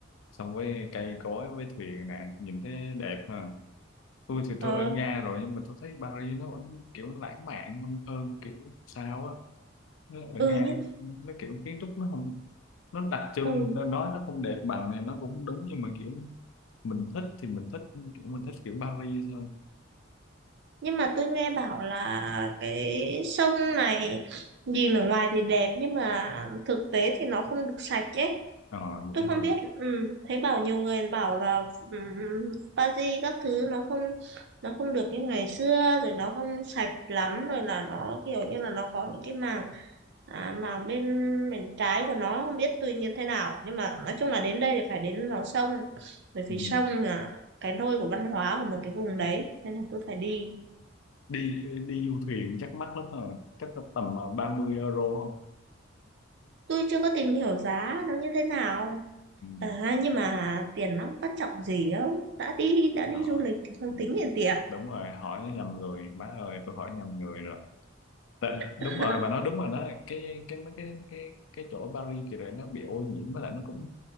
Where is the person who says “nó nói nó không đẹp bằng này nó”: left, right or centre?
Left